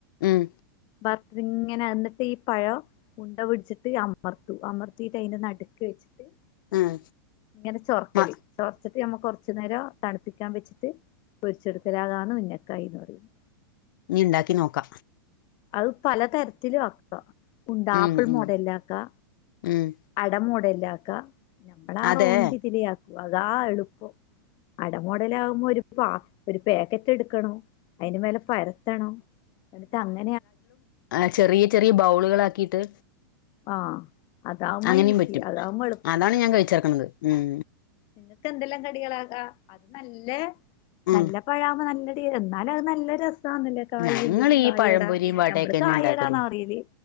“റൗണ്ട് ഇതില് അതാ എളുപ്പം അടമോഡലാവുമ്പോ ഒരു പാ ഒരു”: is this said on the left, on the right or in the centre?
Left